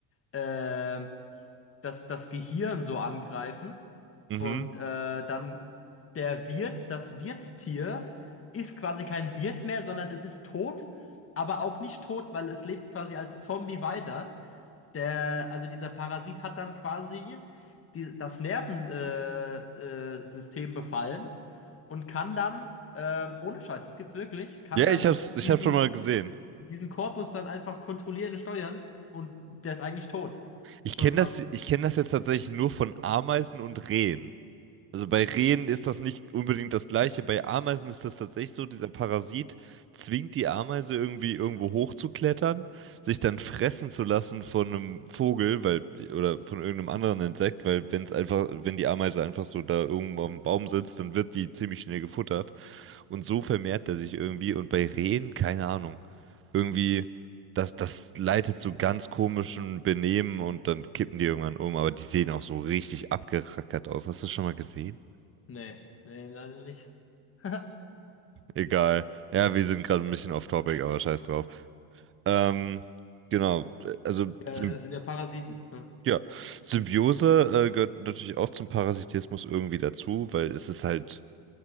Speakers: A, on the left; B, on the right.
A: äh, das, das Gehirn so angreifen
B: Mhm.
A: und äh, dann der Wirt, das Wirtstier, ist quasi kein Wirt mehr, sondern es ist tot, aber auch nicht tot, weil es lebt quasi als Zombie weiter. Der, also dieser Parasit hat dann quasi die, das Nervensystem äh, äh, System befallen und kann dann, ähm, ohne Scheiß, das gibt's wirklich, kann
B: Ja,
A: dann
B: ich hab's, ich
A: diesen,
B: hab's schon mal gesehen.
A: diesen Korpus dann einfach kontrollieren und steuern und der ist eigentlich tot.
B: Ich
A: Ist
B: kenne
A: schon krass.
B: das, ich kenne das jetzt tatsächlich nur von Ameisen und Rehen. Also bei Rehen ist das nicht unbedingt das Gleiche. Bei Ameisen ist das tatsächlich so, dieser Parasit zwingt die Ameise irgendwie irgendwo hochzuklettern, sich dann fressen zu lassen von einem Vogel, weil, oder von irgendeinem anderen Insekt, weil wenn es einfach, wenn die Ameise einfach so da irgendwo am Baum sitzt, dann wird die ziemlich schnell gefuttert. Und so vermehrt er sich irgendwie. Und bei Rehen, keine Ahnung, irgendwie, das, das leitet zu ganz komischen Benehmen und dann kippen die irgendwann um. Aber die sehen auch so richtig abgerackert aus. Hast du das schon mal gesehen?
A: Nee, nee, leider nicht. <laughs>
B: Egal. Ja, wir sind gerade ein bisschen off topic, aber scheiß drauf. Ähm, genau. Also,
A: Ja,
B: Symb
A: das sind ja Parasiten. Hm.
B: ja. Symbiose, äh, gehört natürlich auch zum Parasitismus irgendwie dazu, weil es ist halt,